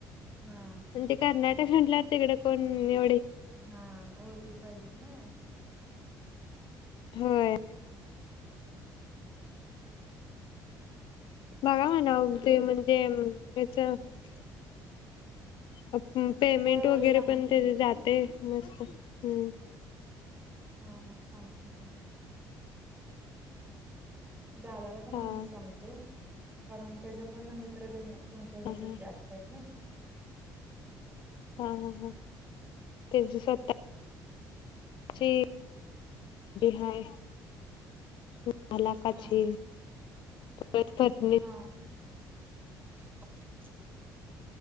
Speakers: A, on the right; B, on the left.
A: हा
B: म्हणजे कर्ना म्हंटल तिकडे कोण नाही
A: हा <inaudible> ओळखी पाहिजेत नाही
B: होय बघा म्हनाव पेमेंट <unintelligible> यांच्यावर. अच्छ पेमेंट
A: होय होय
B: वगैरे
A: सांगतो
B: पण ते
A: की
B: जातय मस्त <unintelligible> हम्म.
A: हा हा सांगतो की. दादाला पण
B: हा.
A: आमच्या सांगतो. कारण त्याचा पण मित्रतेना. तुमच्या ह्याच्यातले
B: हा हा
A: जास्त आहेत ना.
B: हा हा हा फेसबुक असता. ते हाय. मालाकाची.
A: हा
B: यांच्यातली.
A: हा <inaudible>